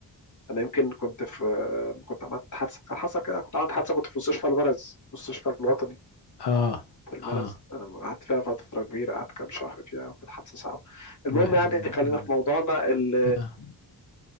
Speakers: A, on the left; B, on the left.
A: انا يمكن كنت في كنت عملت حادثه كان حصل كده كنت عملت حادثه كنت في مستشفى الملز مستشفى الوطني
B: اه
A: في الملز
B: اه
A: أم، قعدت فيها فترة كبيرة قعدت كام شهر فيها كانت حادثة صعبة المهم
B: لا حول
A: يعني
B: ولا قوه
A: خلينا
B: إلا بالله.
A: في موضوعنا ال-
B: اه